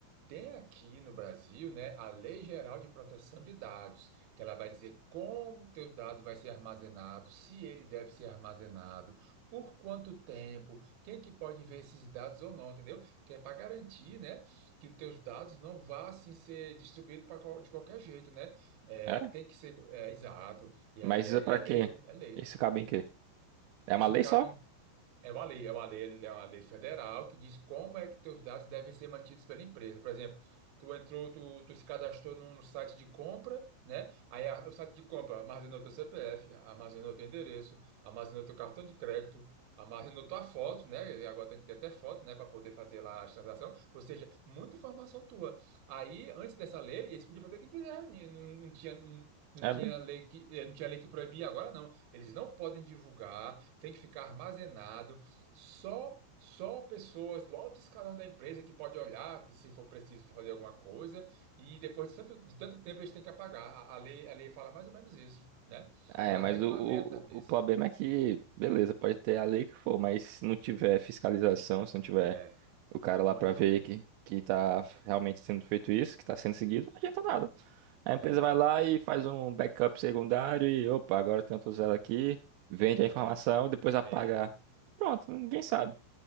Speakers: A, on the right; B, on the right.
A: Tem aqui no Brasil, né, a Lei Geral de Proteção de Dados, que ela vai dizer como o teu dado vai ser armazenado, se ele deve ser armazenado, por quanto tempo, quem que pode ver esses dados ou não, entendeu? Que é para garantir, né, que os teus dados não vá assim ser distribuído pra qual- de qualquer jeito, né? É,
B: É?
A: tem que ser é, exato e
B: Mas
A: é, e
B: isso
A: é
B: é pra
A: e é
B: quê?
A: lei, é lei.
B: Isso cabe em quê? É
A: Isso
B: uma lei
A: cabe
B: só?
A: é uma lei, é uma lei, é uma lei federal que diz como é que teus dados devem ser mantidos pela empresa. Por exemplo, tu entrou, tu, tu se cadastrou num site de compra, né? Aí a- o site de compra armazenou teu CPF, armazenou teu endereço, armazenou teu cartão de crédito, armazenou tua foto, né? E Agora tem que ter até foto, né, para poder fazer lá a transação. Ou seja, muita informação tua. Aí, antes dessa lei, eles podiam fazer o que quiser. né? Não não tinha, não
B: É,
A: tinha
B: mesmo?
A: lei que, eh, não tinha lei que proibia agora, não. Eles não podem divulgar, tem que ficar armazenado. Só, só pessoas do alto escalão da empresa que pode olhar se for preciso fazer alguma coisa, e depois de tanto, de tanto tempo eles têm que apagar. A, a lei, a lei fala mais ou menos isso, né?
B: Ah,
A: Ela
B: é, mas
A: regulamenta
B: o,
A: isso.
B: o, o problema é que, beleza, pode ter a lei que for, mas se não tiver fiscalização, se não tiver
A: É,
B: o cara
A: muito
B: lá pra ver
A: bem.
B: que, que tá realmente sendo feito isso, que tá sendo seguido, não adianta nada. A empresa
A: É,
B: vai lá e faz um backup secundário e, opa, agora tem outro zero aqui, vende a informação,
A: é,
B: depois
A: vende,
B: apaga. Pronto, ninguém sabe.